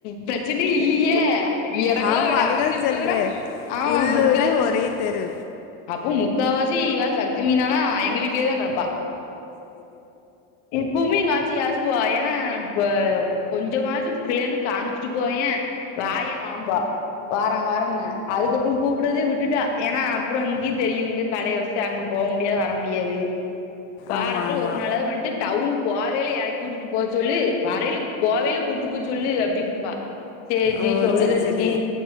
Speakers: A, on the left (about 80°); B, on the left (about 60°).
A: ப்ரெச்சன்னே இல்லியே எனக்குலா
B: ஆமா
A: அப்டி
B: அதுதான்
A: அமஞ்சிருக்குனா
B: சொல்றே
A: ஆமா
B: உள்ளூரு
A: முக்காவாசி
B: ஒரே தெரு
A: அப்போ முக்காவாசி இவ சக்தி மீனானா எங்க வீட்லயே தா கெடப்பா இப்போமே எங்க ஆட்சி ஏசுவா ஏன்னா இப்ப கொஞ்சமாது உ புள்ளய வந்து காம்ச்சுட்டு போயே வாயே வாம்பா வாரா வாரம்மு அதுக்கப்பறம் கூப்புடதே விட்டுட்டா ஏனா அப்பறோ இங்கியுத் தெரியு இங்கக் கடைய வச்சு அங்க போக முடியாது வர முடியாது வாரத்துல
B: ஆமா ஆமா
A: ஒரு நாளாவது வன்ட்டு டவுன் போவயில எறக்கி விட்டுட்டு போ சொல்லு வரைய்ல போவயில கூட்டு போ சொல்லு அப்டின்ம்பா சேரிச்சி
B: ஓ
A: சொல்லுதன்சி
B: சரி சரி